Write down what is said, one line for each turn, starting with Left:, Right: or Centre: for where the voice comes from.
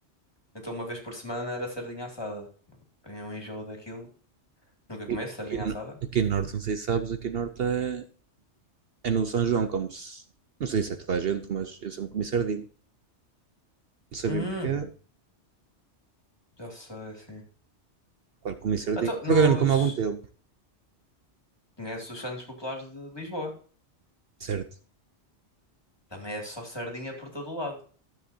Left: Então uma vez por semana era sardinha assada. Tinha um enjoo daquilo. Nunca comeste
Right: Aqui
Left: sardinha
Right: no,
Left: assada?
Right: aqui no Norte, não sei se sabes, aqui no Norte é, é no São João, como se. Não sei se é toda a gente, mas eu sempre comi sardinha. Não sabia
Left: Hum,
Right: porquê.
Left: já sei, sim.
Right: Claro, comi sardinha.
Left: Então, nos...
Right: Por acaso eu não como há algum tempo,
Left: Conheces os Santos Populares de Lisboa?
Right: certo?
Left: Também é só sardinha por todo o lado.